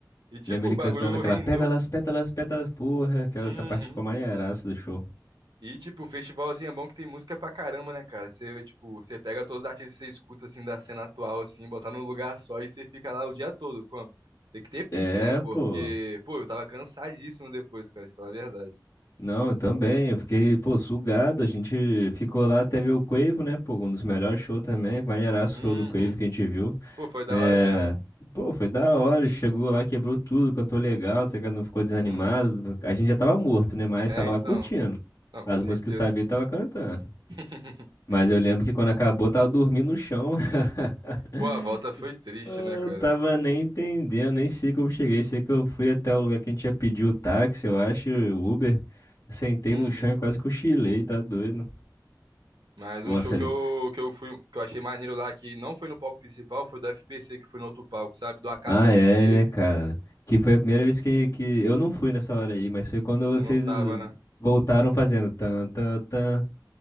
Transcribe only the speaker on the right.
E, tipo,
o
bagulho
rendeu.
Uhum.
E, tipo, o festival, assim, é bom que tem música pra caramba, né, cara? Você, tipo, você pega todos os artistas que você escuta, assim, da cena atual, assim, botar num lugar só e você fica lá o dia todo, como? Tem que ter pique,
né? Porque,
pô, eu tava cansadíssimo depois, cara, de falar a verdade.
Uhum.
Pô, foi da
hora mesmo.
Uhum.
É,
então.
Não, com
certeza.
<laughs>
Pô, a volta foi triste,
né, cara?
Uhum.
Mas
um show que
eu, que eu fui, que eu achei maneiro lá, que não foi no palco principal, foi do FPC, que foi no outro palco, sabe? Do AK
também
teve.
Eu não tava, né?